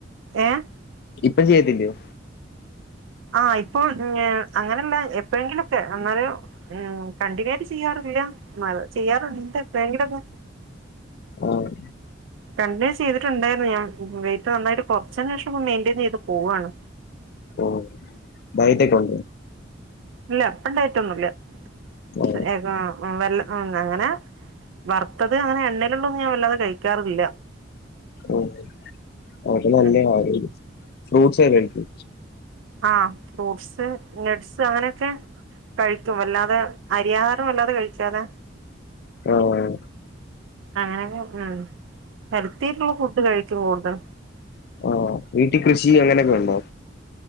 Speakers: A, on the right; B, on the left.
A: ഏഹ്
B: ഇപ്പം ചെയ്യത്തില്ലയൊ
A: ആഹ് ഇപ്പൊ ങേഹ് അങ്ങനെല്ലാ എപ്പഴെങ്കിലൊക്കെ എന്നാല് ഉം കണ്ടിന്യൂ ആയിട്ട് ചെയ്യാറില്ല എന്നാലും ചെയ്യാറിണ്ട് എപ്പഴെങ്കിലൊക്കെ
B: ആഹ്
A: കണ്ടിന്യൂ ചെയ്തിട്ടുണ്ടായിരുന്നു ഞാൻ വെയിറ്റ് നന്നായിട്ട് കുറച്ചേന് ശേഷം ഇപ്പൊ മെയിന്റയിൻ ചെയ്ത് പോവാണ്
B: ഓഹ് ഡയ്റ്റക്ക ഒണ്ട്
A: ഇല്ല ഇപ്പം ഡയ്റ്റൊന്നും ഇല്ല
B: ആ
A: <unintelligible> വെൽ അഹ് അങ്ങനെ വറ ത്തത് അങ്ങനെ എണ്ണയിലുള്ളതൊന്നും ഞാൻ വല്ലാതെ കഴിക്കാറില്ല
B: ഓഹ് അത് നല്ല
A: ഉം
B: <unintelligible> ഫ്രൂട്ട്സ് ഒക്കെ കഴിക്കു
A: ആഹ് ഫ്രൂട്ട്സ് നട്സ് അങ്ങനൊക്കെ കഴിക്കും വല്ലാതെ അരിയാഹാരം വല്ലാതെ കഴിക്കാതെ
B: ഓഹ്
A: അങ്ങനെന്നെ ഉം ഹെൽത്തീട്ടുള്ള ഫുഡ് കഴിക്കും കൂടുതൽ
B: ആഹ് വീട്ടി കൃഷി അങ്ങനൊക്കെ ഉണ്ടോ